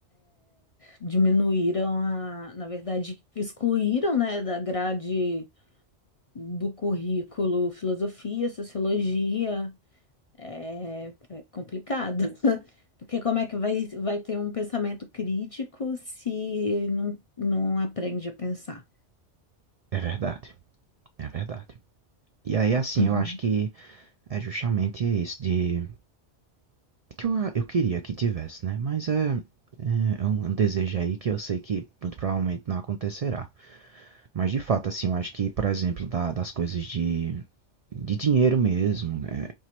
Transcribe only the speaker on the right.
é verdade, é verdade. E aí assim,
eu acho que é justamente isso de que eu, eu queria que tivesse, né? Mas é, é é um desejo aí que eu sei que muito provavelmente não acontecerá. Mas de fato, assim, eu acho que, por exemplo, da- das coisas de, de dinheiro mesmo, né?